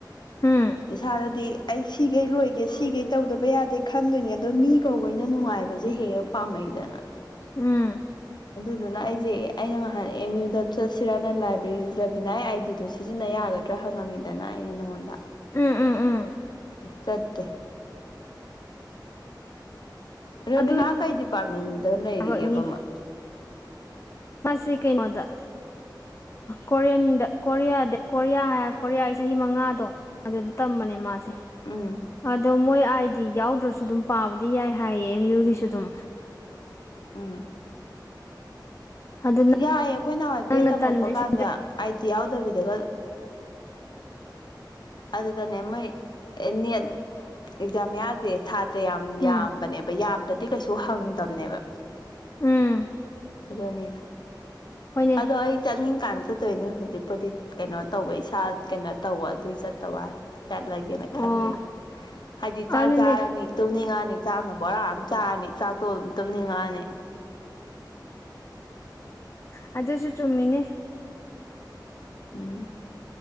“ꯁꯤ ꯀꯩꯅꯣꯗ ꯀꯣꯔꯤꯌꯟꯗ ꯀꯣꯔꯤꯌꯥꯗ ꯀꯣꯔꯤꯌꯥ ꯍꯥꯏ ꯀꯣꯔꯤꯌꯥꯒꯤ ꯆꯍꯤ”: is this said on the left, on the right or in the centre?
Left